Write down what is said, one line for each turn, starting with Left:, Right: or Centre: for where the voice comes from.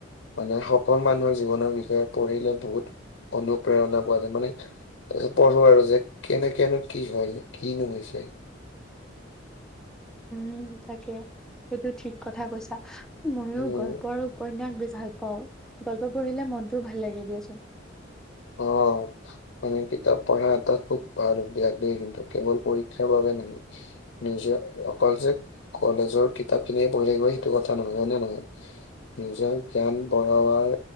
Left: মানে সফল মানুহৰ জীৱনৰ বিষয়ে পঢ়িলে বহুত অনুপ্ৰেৰণা পোৱা যায়। মানে অ পঢ়ো আৰু যে কেনেকেনো কি হয়, কিনো হৈছে।
Centre: উ, তাকে। সেইটো ঠিক কথা কৈছা। মইও
Left: উম
Centre: গল্প আৰু উপন্যাস বেছি ভাল পাওঁ। গল্প পঢ়িলে মনটোও ভাল লাগে দিয়াচোন।
Left: অ। মানে কিতাপ পঢ়া এটা খুব ভাল অভ্যাস দেই, কিন্তু কেৱল পৰীক্ষাৰ বাবে <unintelligible> নিজেও অকল যে কলেজৰ কিতাপ খিনিয়ে পঢ়ি থাকিব সেইটো কথা নহয়, হয় নে নহয়? নিজৰ জ্ঞান বঢ়াবাৰ